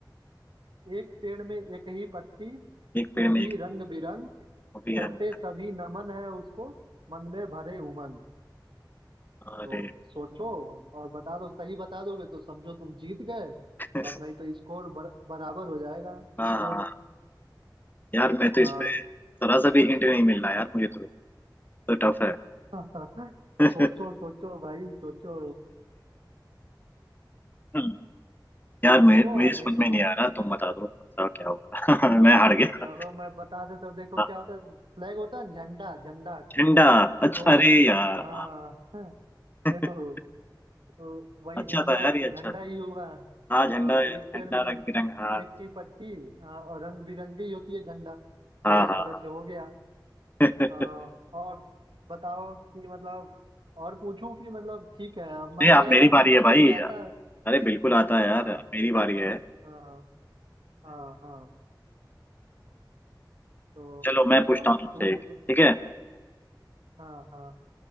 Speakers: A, on the right (about 90°); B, on the left (about 25°).
A: एक पेड़ में एक ही पत्ती
B: एक पेड़
A: वो
B: में
A: भी
B: एक ही
A: रंग
B: बार
A: बिरंग
B: वो भी
A: करते
B: रंग में।
A: सभी नमन है उसको मन में भरे उमंग
B: अरे
A: तो सोचो और बता दो सही बता दोगे तो समझो तुम जीत गए
B: <laughs>
A: और नहीं तो स्कोर बर, बराबर हो जाएगा
B: हाँ
A: स्कोर
B: हाँ। यार मैं तो
A: हाँ
B: इसमें थोड़ा सा भी हिंट नहीं मिल रहा यार मुझे तो तो टफ
A: <laughs>
B: है
A: सोचो
B: <laughs>
A: सोचो भाई सोचो
B: ए, यार
A: सोचो
B: मे- मुझे
A: और
B: समझ
A: नहीं तो
B: में नहीं आ रहा तुम बता दो कौन सा क्या होगा <laughs> मैं हार गया
A: चलो मैं बता देता हूँ देखो
B: हाँ,
A: क्या होता है फ्लैग होता है ना, झंडा झंडा
B: झंडा अच्छा
A: तो
B: अरे यार
A: हाँ
B: हाँ।
A: <laughs>
B: <laughs>
A: देखो तो वही
B: अच्छा
A: झंडा
B: था यार ये
A: झंडा
B: अच्छा था
A: ही हुआ
B: हाँ झंडा
A: हाँ
B: झंडा
A: एक पेड़ में एक
B: रंग बिरंग हाँ
A: ही पत्ती हाँ, और रंग बिरंगी होती है झंडा
B: हाँ
A: तो इस
B: हाँ
A: तरह
B: हाँ
A: से हो गया
B: <laughs>
A: हाँ, और बताओ कि मतलब और पूछूं कि मतलब ठीक है अब मान
B: नहीं आप
A: गए
B: मेरी
A: ना
B: बारी
A: कि मुझको
B: है भाई
A: भी आता है
B: अरे बिल्कुल आता है यार
A: हाँ
B: अब मेरी बारी है
A: हाँ हाँ हाँ तो
B: चलो
A: पूछ
B: मैं पूछता
A: लो
B: हूँ तुमसे
A: तुम
B: एक
A: एक
B: ठीक है
A: हाँ हाँ